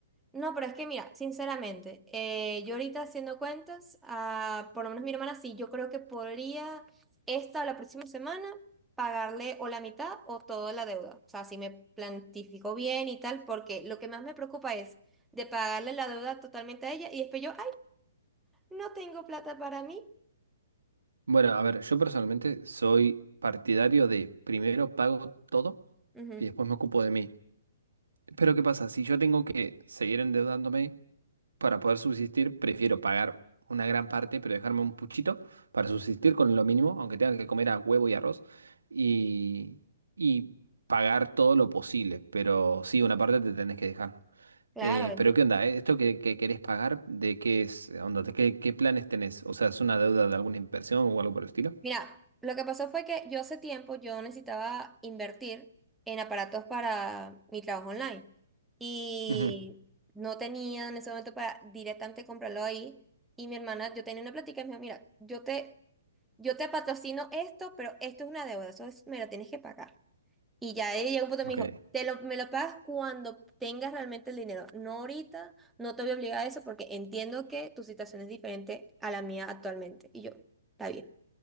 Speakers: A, in the centre; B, on the right.
A: No, pero es que mira, sinceramente, eh, yo ahorita haciendo cuentas, ah, por lo menos mi hermana sí, yo creo que podría esta o la próxima semana pagarle o la mitad o toda la deuda. O sea, si me plantifico bien y tal, porque lo que más me preocupa es de pagarle la deuda totalmente a ella y después yo, ay, no tengo plata para mí.
B: Bueno, a ver, yo personalmente soy partidario de primero pago todo
A: Ujú,
B: y después me ocupo de mí. Pero ¿qué pasa? Si yo tengo que seguir endeudándome, para poder subsistir, prefiero pagar una gran parte, pero dejarme un puchito para subsistir con lo mínimo, aunque tenga que comer a huevo y arroz, y, y pagar todo lo posible. Pero sí, una parte te tenés que dejar.
A: Claro,
B: Eh, pero ¿qué onda? eh? ¿Esto que, que querés pagar, de qué es? Onda, ¿de qué, qué planes tenés? O sea, ¿es una deuda de alguna inversión o algo por el estilo?
A: Mira, lo que pasó fue que yo hace tiempo yo necesitaba invertir en aparatos para mi trabajo online y
B: Ujú,
A: no tenía en ese momento para directamente comprarlo ahí y mi hermana, yo tenía una plática y me dijo, mira, yo te, yo te patrocino esto, pero esto es una deuda, eso es, me lo tienes que pagar. Y ya ella llegó un punto
B: Ok,
A: y me dijo, te lo, me lo pagas cuando tengas realmente el dinero, no ahorita, no te voy a obligar a eso porque entiendo que tu situación es diferente a la mía actualmente. Y yo, está bien.